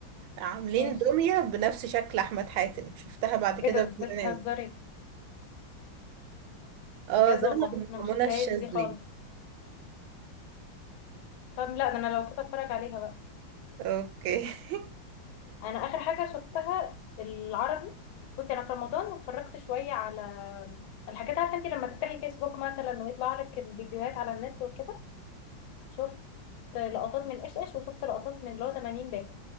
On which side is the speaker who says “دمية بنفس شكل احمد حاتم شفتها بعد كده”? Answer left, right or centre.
Right